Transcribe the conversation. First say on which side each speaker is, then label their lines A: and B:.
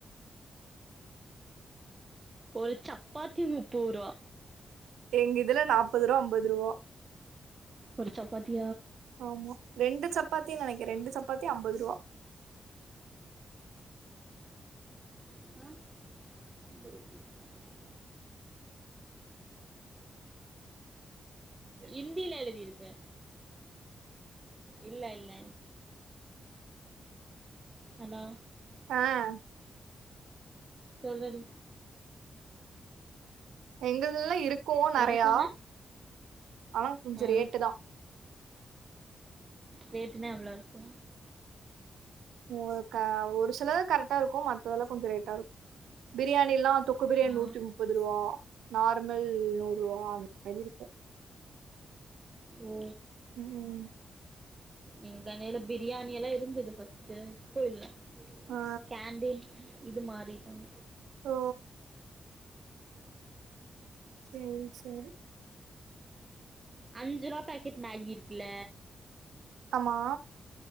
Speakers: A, on the right (about 30°); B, on the right (about 85°).
A: ஒரு சப்பாத்தி முப்பது ரூபா
B: எங்க இதுல நாப்பது ரூபா அம்பது ரூபா
A: ஒரு சப்பாத்தி
B: ஆமா ரெண்டு சப்பாத்தி நெனைக்கிற ரெண்டு சப்பாத்தி ஐம்பது ரூவா
A: அஹ் இந்தியில எழுதி இருக்கு இல்ல இல்ல ஹலோ
B: ஆஹ்
A: சொல்லுடி
B: எங்கல்லா இருக்கோ நெறையா
A: என்ன சொன்ன
B: ஆனா கொஞ்சோ
A: ம்
B: ரேட்டு தா
A: ரேட்டுனா எவ்ளோ இருக்கு
B: ஒ க ஒரு சிலது கரெக்டா இருக்கு ம த்ததுலா கொஞ்சோ ரேட்டா இருக்கு பிரியாணி எல்லா தொக்கு பிரியாணி
A: ஆ
B: நூத்தி முப்பது ரூவா நார்மல் நூறுவா மாரி இருக்கு
A: ஓ
B: ம்
A: எங் கடையில பிரியாணி எல்லா இருந்தது ஃபஸ்ட்டு இப்போ இல்ல
B: ஆ
A: கேண்டின் இது மாறிட்டாங்க
B: ஓ சேரி சேரி
A: அஞ்சு ரூவா பேக்கெட் மேகி இருக்குல
B: ஆமா